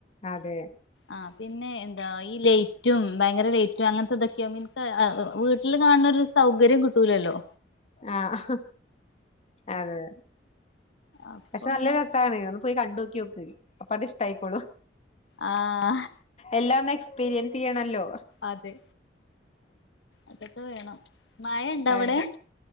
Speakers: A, on the left; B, on the left.
A: അതെ
B: ആ പിന്നെ എന്താ ഈ ലേറ്റും ഭയങ്കര ലേറ്റും അങ്ങനത്തെ ഇതൊക്കെ വീട്ടില് കാണുന്നരു സൗകര്യം കിട്ടൂലല്ലോ
A: ആഹ് അതെ
B: അപ്പൊ
A: പക്ഷെ
B: ഇങ്ങനെ
A: നല്ല രസാണ് പോയി കണ്ടോക്കി നോക്ക് അപ്പ അത് ഇഷ്ടായിക്കോളും
B: ആഹ്
A: എല്ലാം ഒന്ന് എക്സ്പീരിയൻസ് ചെയ്യണല്ലോ
B: അതെ അതൊക്കെ വേണം മഴ ഇണ്ടോ
A: ആഹ്
B: അവിടെ